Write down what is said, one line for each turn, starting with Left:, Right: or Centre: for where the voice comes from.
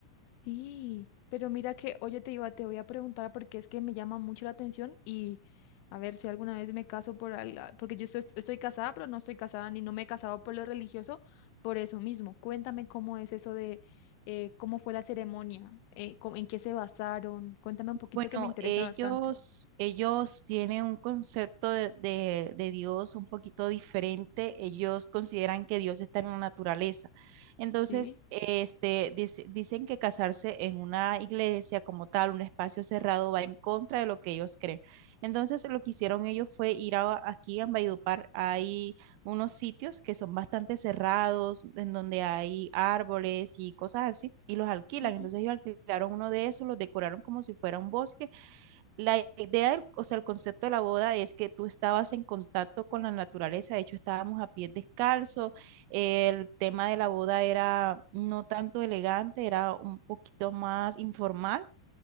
Left: Sí, pero mira que, oye, te iba, te voy a preguntar porque es que me llama mucho la atención y a ver si alguna vez me caso por algo, porque yo estoy, estoy casada, pero no estoy casada ni no me he casado por lo religioso, por eso mismo. Cuéntame cómo es eso de, eh, cómo fue la ceremonia, eh, cómo- en qué se basaron. Cuéntame un poquito
Right: Bueno,
Left: que me interesa
Right: ellos,
Left: bastante.
Right: ellos tienen un concepto de, de- de Dios un poquito diferente. Ellos consideran que Dios está en la naturaleza. Entonces,
Left: Sí.
Right: este, dice- dicen que casarse en una iglesia como tal, un espacio cerrado, va en contra de lo que ellos creen. Entonces, lo que hicieron ellos fue ir a, aquí en Valledupar unos sitios que son bastante cerrados, en donde hay árboles y cosas así, y los alquilan.
Left: Ujú.
Right: Entonces ellos alquilaron uno de esos, los decoraron como si fuera un bosque. La idea, del- o sea, el concepto de la boda es que tú estabas en contacto con la naturaleza, de hecho estábamos a pie descalzo, el tema de la boda era no tanto elegante, era un poquito más informal